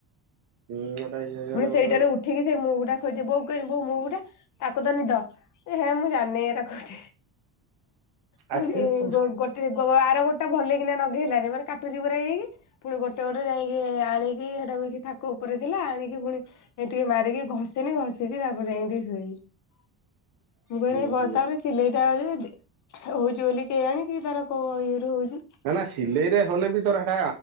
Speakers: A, on the right; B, on the left.
A: ହୁଁ ଏଟା ଇଏ ହେଇଗଲା
B: ପୁଣି ସେଇଟାରେ
A: ବେଳେ ବେଳେ
B: ଉଠେଇକି ସେଇ ମୁଁ ମୁଭଟା ଖୋଜି, ବୋଉ କହନି ବୋଉ ମୁଁ ମୁଭଟା? ତାକୁ ତ ନିଦ। ହେ ମୁଁ ଜାଣିନି ଏରା କୋଉଠି, ପୁଣି
A: ଆସେ ହୁଁ
B: ଗୋଟେ ଆର ଗୋଟା ଭଲ କିନା ନା ନଗେଇ ହେଲାନ ମାନେ କାଟୁଛି ପୁରା ଏଇକି। ପୁଣି ଗୋଟେ ଗୋଟେ ଯାଇକି ଆଣିକି ସେଟା କରୁଛି ତାଙ୍କ ଉପରେ ଥିଲା ଆଣିକି ପୁଣି ଟିକେ ମାରିକି ଘଷିନି ଘଷିକି ତାପରେ ଯାଇକି ଟିକେ ଶୋଇବି। <inaudible> ମୁଁ
A: ହୁଁ।
B: କହିଲି ବତାବରେ ସିଲେଇଟା ହଉଛି ବୋଲି କେଜାଣି ତାର କୋଉ ଇଏ ରୁ ହଉଛି।
A: ନା ନା ସିଲେଇରେ ହନେ ବି ତୋରଟା